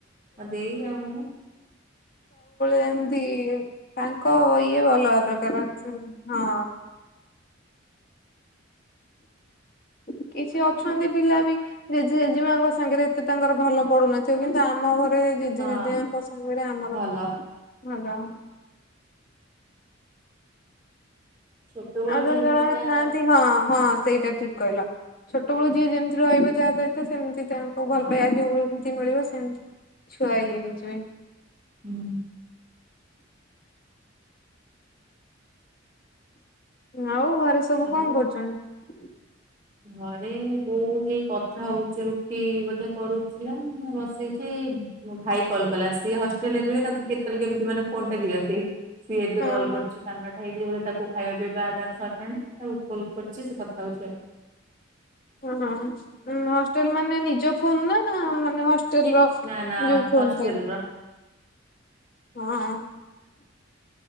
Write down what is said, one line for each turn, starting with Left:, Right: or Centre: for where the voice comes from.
Right: ମୋ ଦେଇ ଆଉ ମୁଁ।
Left: ଏମତି ତାଙ୍କ ଇଏ ଅଲଗା ପ୍ରକାର ଅଛି ହଁ। <inaudible> କିଛି ଅଛନ୍ତି ପିଲା ବି ଜେଜେ ଜେଜେମାଙ୍କ ସାଙ୍ଗରେ ଏତେ ତାଙ୍କର ଭଲ ପଡୁନଥିବ କିନ୍ତୁ ଆମ ଘର ଜେଜେ
Right: ହଁ
Left: ଜେଜେମାଙ୍କ ସାଙ୍ଗରେ ଆମର
Right: ଭଲ।
Left: ଭଲ।
Right: ଛୋଟବେଳୁ
Left: ଆଉ ଜଣେ
Right: ଯେମିତି
Left: ଜଣ
Right: ଯାହା
Left: ଥାଆନ୍ତି
Right: ଚାଲୁଥିବ
Left: ହଁ ହଁ। ସେଇଟା ଠିକ୍ କହିଲ ଛୋଟବେଳ ଯିଏ ଯେମିତି ରହିବ ତାହା ସହିତ ସେମିତି ତାଙ୍କୁ
Right: ହଁ
Left: ଭଲ ପାଇବା ଯୋଉଏମତି ମିଳିବ ସେମିତି ଛୁଆ ଇଏ ହେଇଯିବେ।
Right: ହୁଁ।
Left: ଆଉ ଘରେ ସବୁ
Right: ଆଉ
Left: କଣ କରୁଛନ୍ତି?
Right: ଘରେ ବୋଉ ହେଇ କଥା ହଉଛି ରୁଟି ବୋଧେ କରୁଥିଲା ଏଇନା ବସେଇଛି। ମୋ ଭାଇ କଲ କଲା ସିଏ ହଷ୍ଟେଲ ରେ ରୁହେ ତାକୁ କେତେବେଳେ କେମିତି ମାନେ ଫୋନ ଟା ଦିଅ ନ୍ତି ସିଏ ଏବେ
Left: ଓହୋ।
Right: କଲ୍ କରୁଛି ସାଢ଼େ ନଅ ଭାଇ ଯିବ ବୋଧେ ତାକୁ ଖାଇବା ପିଇବା ଆଗ ସରିିଲାଣି ତାକୁ ଫୋନ୍ କରିଛି ସେ କଥା ହଉଛି ଆଉ।
Left: ହଁ ହଷ୍ଟେଲ ମାନେ ନିଜ ଫୋନ ନା ମାନେ ହସ୍ ଷ୍ଟେଲ ର
Right: ନା ନା
Left: ଯଉ ଫୋନ୍
Right: ହଷ୍ଟେଲ
Left: ଟା।
Right: ର
Left: ହଁ।